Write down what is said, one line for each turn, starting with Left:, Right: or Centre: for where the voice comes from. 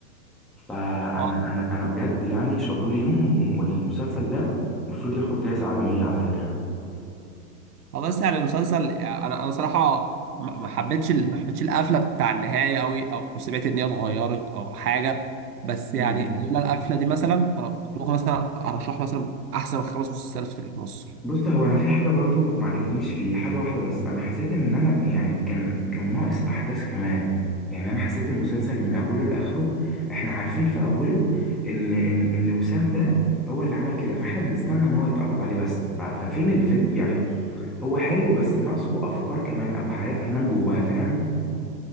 Centre: فانا
Right: آه،
Centre: انا انا بجد يعني شابوه ليهم والمسلسل ده المفروض ياخد جائزه عالميه على فكره
Right: اه بس يعني المسلسل يعني انا انا صراحه ما ما حبيتش ال- ما حبيتش القفله بتاع النهايه قوي او او سمعت ان هي اتغيرت او حاجه بس
Centre: مم.
Right: يعني لولا القفله دي مثلا انا كنت ممكن مثلا ارشح مثلا احسن خمس مسلسلات في تاريخ مصر
Centre: بص هو انا في حاجه برضو ما عجبتنيش فيه حاجه واحده بس انا حسيت ان انا يعني كان كان ناقص احداث كمان يعني انا حسيت المسلسل من اوله لاخره احنا عارفين في اوله ان ان ان وسام ده هو اللي عمل كده فاحنا بنستنى ان هو يتقبض عليه بس ف- ففين الفك يعني هو حلو بس ناقصه افكار كمان او حاجات كمان جواه فاهم